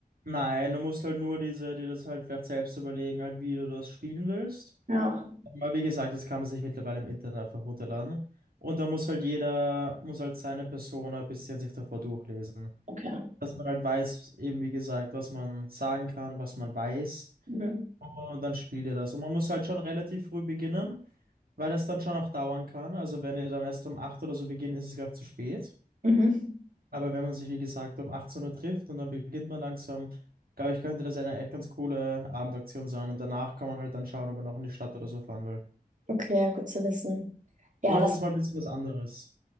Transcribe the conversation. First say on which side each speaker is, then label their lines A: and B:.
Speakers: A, on the right; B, on the right.
A: Nein, du musst halt nur diese, dir das halt vielleicht selbst überlegen, halt, wie du das spielen willst.
B: Ja,
A: Aber wie gesagt, das kann man sich mittlerweile im Internet einfach runterladen. Und da muss halt jeder, muss halt seine Persona ein bisschen sich davor durchlesen.
B: okay.
A: Dass man halt weiß, eben wie gesagt, was man sagen kann, was man weiß.
B: Mhm.
A: Und dann spielt ihr das. Und man muss halt schon relativ früh beginnen, weil das dann schon auch dauern kann. Also wenn ihr dann erst um 8 oder so beginnt, ist es gleich zu spät.
B: Mhm.
A: Aber wenn man sich, wie gesagt, um 18 Uhr trifft und dann beginnt man langsam, glaube ich, könnte das eine echt ganz coole Abendaktion sein. Und danach kann man halt dann schauen, ob man noch in die Stadt oder so fahren will.
B: Okay, gut zu wissen. Ja,
A: Oder
B: das.
A: es ist mal ein bisschen was anderes.